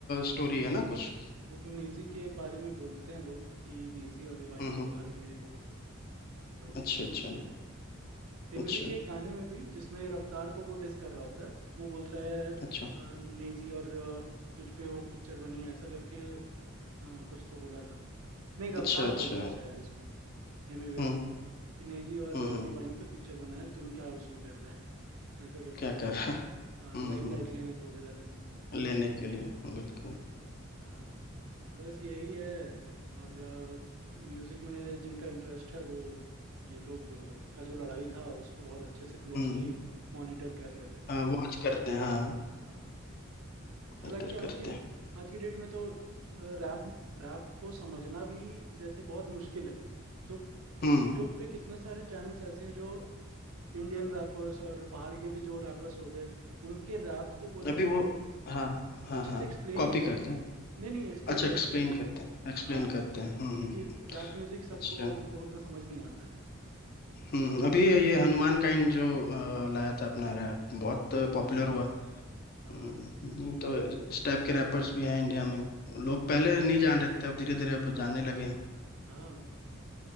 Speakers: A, on the left; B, on the right.
A: स्टोरी है ना कुछ
B: वो तो नेजी के बारे में बोलते हैं लोग कि नेजी और डिवाइन
A: हम्म हम्म,
B: के बारे में वो
A: अच्छा
B: मूवी
A: अच्छा
B: बनी है एमिवे
A: अच्छा
B: के एक गाने में भी जिसमें रफ्तार को वो डिस कर रहा होता है वो बोलता है अ,
A: अच्छा
B: नेजी और अ, तुझ पे वो पिक्चर बनी है ऐसा करके अ, कुछ तो बोला था नहीं रफ्तार
A: अच्छा अच्छा
B: बोलता है शायद इसको एमिवे
A: हम्म
B: कि नेजी और
A: हम्म हम्म,
B: डिवाइन पे पिक्चर बना है तुम क्या उसमें कर रहे हैं <laughs> ऐसा करके
A: क्या कर रहा है?
B: हाँ
A: हम्म
B: लाइमलाइट
A: हम्म
B: लेने खोज रहे तुम
A: लेने के लिए बिल्कुल
B: हाँ बस यही है और म्यूजिक में जिनका इंटरेस्ट है वो ये लोग अ, का जो लड़ाई था उसको बहुत अच्छे से क्लोजली
A: हम्म
B: मॉनिटर कर रहे थे
A: वॉच करते हैं हाँ
B: हाँ हालांकि
A: मीटर
B: आज
A: करते
B: के
A: हैं
B: आज की डेट में तो रैप रैप को समझना भी जैसे बहुत मुश्किल है तो
A: हम्म
B: यूट्यूब पे कितने सारे चैनल्स ऐसे हैं जो इंडियन रैपर्स और बाहर के भी जो रैपर्स हो गए उनके रैप को वो लोग
A: अभी वो हाँ हाँ
B: अच्छे
A: हाँ
B: से एक्सप्लेन
A: कॉपी
B: भी करते
A: करते
B: हैं
A: हैं
B: नहीं नहीं एक्सप्लेन
A: अच्छा
B: करते
A: एक्सप्लेन
B: हैं
A: करते हैं एक्सप्लेन
B: हाँ
A: करते हैं हम्म हम्म
B: क्योंकि
A: हम्म,
B: रैप म्यूजिक सबको
A: अच्छा
B: मतलब उतना समझ नहीं आता है
A: हम्म हम्म, अभी ये हनुमान काइंड जो अ, लाया था अपना रैप बहुत
B: बिल्कुल
A: पॉपुलर हुआ
B: हाँ
A: हम्म,
B: हाँ
A: नहीं तो इस टाइप के रैपर्स भी हैं इंडिया में लोग पहले नहीं जान रहे थे अब धीरे धीरे अब जानने लगे हैं
B: हाँ